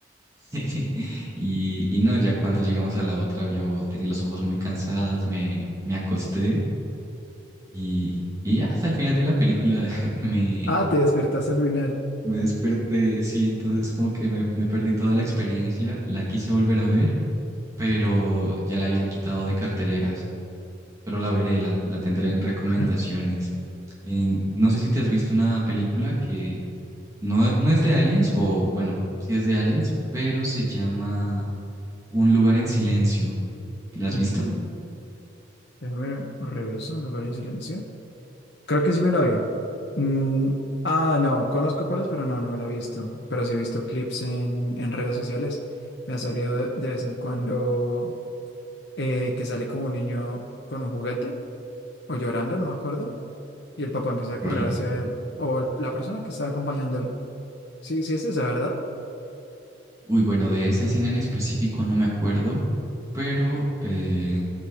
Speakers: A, on the right (about 15°); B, on the left (about 60°).
A: <laughs> Y, y no, ya cuando llegamos a la otra, yo tenía los ojos muy cansados, me, me acosté y, y ya hasta el final de la película <laughs> me,
B: Ah, te despertaste al final.
A: me desperté, sí, entonces como que me, me perdí toda la experiencia, la quise volver a ver pero ya la habían quitado de carteleras. Pero la veré, la, la tendré en recomendaciones.
B: Ajá. <laughs>
A: En- no sé si te has visto una película que no, no es de Aliens, o bueno, sí es de Aliens, pero se llama Un lugar en silencio. ¿La has
B: Mm,
A: visto?
B: Déjame reviso, un lugar en silencio. Creo que sí me la vi. Mm, ah, no, conozco cuáles, pero no, no me la he visto. Pero sí he visto clips en, en redes sociales. Me ha salido de, de vez en cuando eh, que sale como un niño con un juguete o llorando, no me acuerdo. Y el papá empieza
A: Ok.
B: a correr hacia él o el- la persona que está acompañándolo. Sí, sí es esa, ¿verdad?
A: Uy, bueno, de esa escena en específico no me acuerdo, pero eh,